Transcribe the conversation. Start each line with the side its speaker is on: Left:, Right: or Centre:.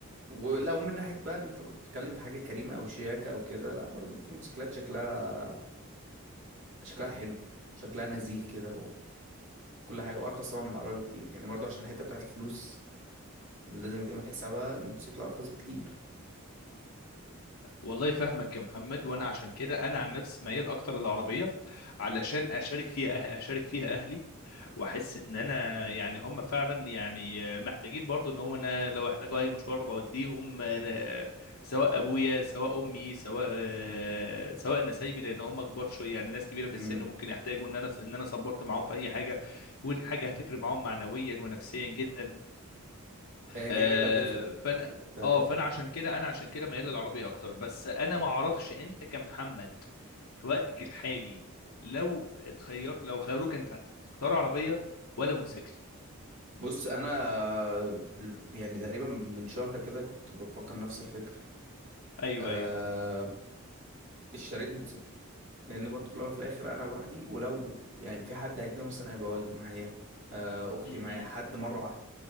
Right: ولو من ناحيه بقى اللي انت كنت بتتكلم في حاجه كريمه او شياكه او كده لا برضه في موتوسيكلات شكلها شكلها حلو شكلها نزيه كده و- وكل حاجه وارخص طبعا من العربيه بكتير يعني برضه عشان الحته بتاعت الفلوس لازم يتعمل حسابها الموتوسيكل ارخص بكتير
Left: والله فاهمك يا محمد وانا عشان كده انا عن نفسي ميال اكتر للعربية علشان اشارك فيها أه... اشارك فيها اهلي واحس ان انا يعني هم فعلا يعني محتاجين برضو ان هم انا لو احتاجوا اي مشوار بوديهم أنا- سواء ابويا سواء امي سواء آه، سواء نسايبي لان هم كبار شويه يعني ناس كبيره
Right: امم
Left: في السن ممكن يحتاجوا ان انا ان انا سبورت معاهم في اي حاجه ودي حاجه هتفرق معاهم معنويا ونفسيا جدا
Right: هي كده
Left: آه
Right: كده هتفرق
Left: فانا
Right: كده كده هتفرق
Left: اه فانا عشان كده انا عشان كده ميال للعربيه اكتر بس انا ما اعرفش انت كمحمد في وقتك الحالي لو اتخير لو خيروك انت هتختار عربيه ولا موتوسيكل
Right: بص انا بال- يعني تقريبا من شهر كده كنت بفكر نفس الفكر
Left: ايوه
Right: أه
Left: ايوه
Right: اشتريت موتوسيكل لان برضو في الاول وفي الاخر انا لوحدي ولو يعني في حد هيتنقل مثلا هيبقى والدي معايا أه اختي
Left: م-م.
Right: معايا حد مره واحده